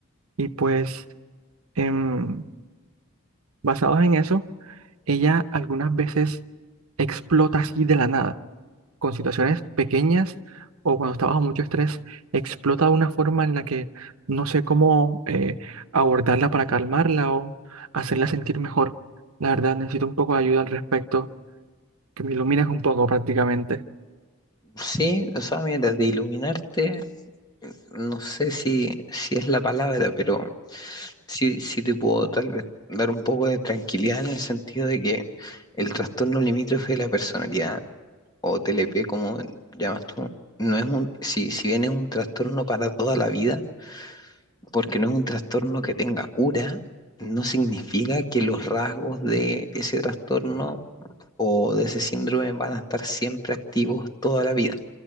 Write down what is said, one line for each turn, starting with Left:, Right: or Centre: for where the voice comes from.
Right: Y pues, em, basados en eso, ella algunas veces explota así de la nada. con situaciones pequeñas o cuando está bajo mucho estrés, explota de una forma en la que no sé cómo eh, abordarla para calmarla o hacerla sentir mejor. La verdad, necesito un poco de ayuda al respecto, que me ilumines un poco prácticamente.
Left: Sí, o sea, mira, de iluminarte, no sé si, si es la palabra, pero sí, sí te puedo tal vez dar un poco de tranquilidad en el sentido de que el trastorno limítrofe de la personalidad, o TLP, como llamas tú, no es un, si, si bien es un trastorno para toda la vida, porque no es un trastorno que tenga cura, no significa que los rasgos de ese trastorno o de ese síndrome van a estar siempre activos toda la vida.